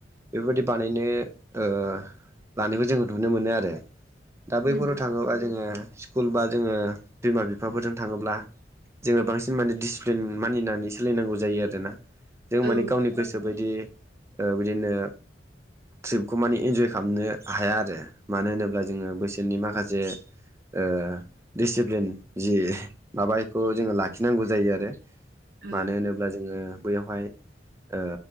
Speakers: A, on the right; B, on the right.
A: बेफोरबायदि बानायनो ओ लानोबो जोङो नुनो मोनो आरो दा बैफोराव
B: नंगौ
A: थाङोबा जोङो स्कुल बा जोङो बिमा-बिफाफोरजों थाङोब्ला जोङो बांसिन माने डिसिप्लिन मानिनानै सोलिनांगौ जायो आरोना जों
B: औ
A: माने गावनि गोसो बायदि ओ बिदिनो ट्रिपखौ मानि इन्जय खामनो हाया आरो मानो होनोब्ला जोङो बैसोरनि माखासे ओ दिसिप्लिन जि माबाखौ जोङो लाखिनांगौ जायो आरो
B: औ
A: मानो होनोब्ला जोङो बैयावहाय ओ